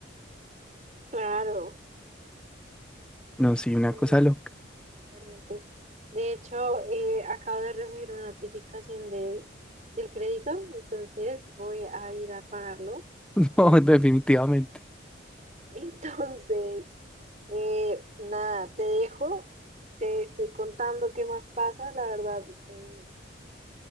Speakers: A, on the right; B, in the centre.
A: Claro.
B: no, sí, una
A: Oye,
B: cosa loca,
A: excelente. De hecho, eh, acabo de recibir una notificación de, del crédito, entonces voy a ir a pagarlo.
B: <laughs> no,
A: Porque...
B: definitivamente,
A: sí. <laughs> Entonces, eh, nada, te dejo, te estoy contando qué más pasa. La verdad, eh,